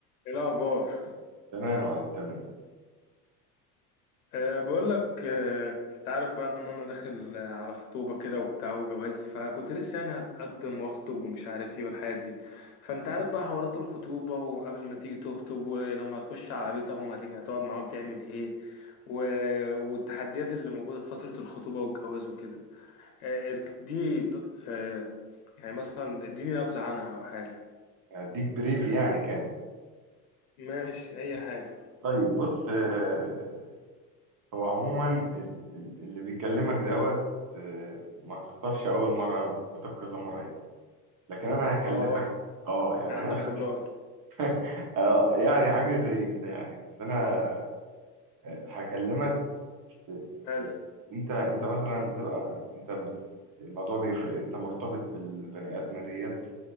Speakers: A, on the left (about 65°); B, on the right (about 45°).
A: ايه الاخبار
B: تمام يا معلم تمام
A: أه بقول لك أه انت عارف بقى ان انا داخل آه، على خطوبه كده وبتاع وجواز فكنت لسه يعني هتقدم واخطب ومش عارف ايه والحاجات دي فانت عارف بقى حوارات الخطوبه وقبل ما تيجي تخطب ولما تخش على بيت اهو هتيجي هتقعد معاهم تعمل ايه و... والتحديات اللي موجوده في فتره الخطوبه والجواز وكده آه، اديني ط- أه يعني مثلا اديني نبذه عنها او حاجه
B: هديك بريف يعني كامل
A: ماشي اي حاجه
B: طيب بص آه، هو عموما ال- ال- اللي بيكلمك دوت آه، ما خطبش أول مرة خطب كذا مرة يعني لكن أنا هكلمك
A: اه
B: اه يعني
A: عندك
B: أنا
A: خبرات
B: <laughs> اه يعني حاجة زي كده يعني بس أنا آه، هكلمك في
A: حلو
B: في أنت أنت مثلا بتبقى أنت بت- الموضوع بيفرق أنت مرتبط بالبني آدمة ديت